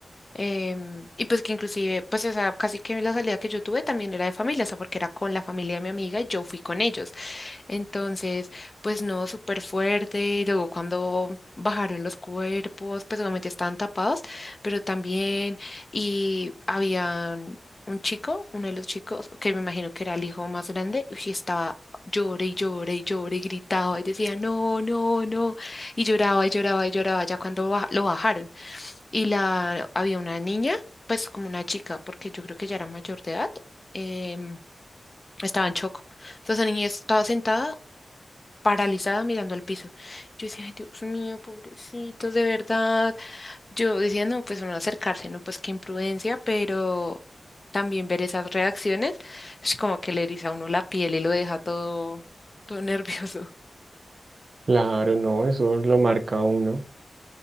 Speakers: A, on the left (about 35°); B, on the right (about 60°).
A: Em, y pues que inclusive, pues esa casi que la salida que yo tuve también era de familia, o sea, porque era con la familia de mi amiga y yo fui con ellos. Entonces, pues no, súper fuerte. Y luego cuando bajaron los cuerpos, pues obviamente estaban tapados, pero también, y había un chico, uno de los chicos, que me imagino que era el hijo más grande, y estaba llore y llore y llore y gritaba y decía, no, no, no. Y lloraba y lloraba y lloraba ya cuando ba- lo bajaron. Y la, había una niña, pues como una chica, porque yo creo que ya era mayor de edad, em, estaba en shock. Entonces la niña estaba sentada paralizada mirando al piso. Yo decía, "Ay, Dios mío, pobrecitos, de verdad. Yo decía, no, pues no acercarse, no, pues qué imprudencia, pero también ver esas reacciones es como que le eriza a uno la piel y lo deja todo, todo <laughs> nervioso.
B: Claro, no, eso lo marca a uno.